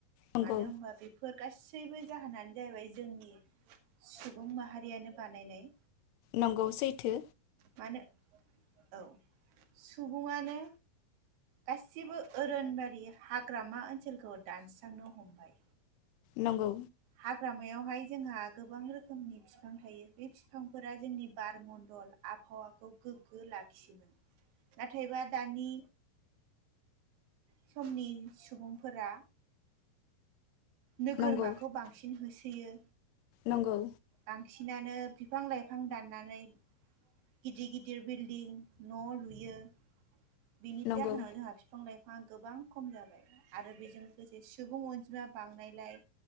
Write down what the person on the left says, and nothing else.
नंगौ
नंगौ सैथो।
नंगौ।
नंगौ
नंगौ।
नंगौ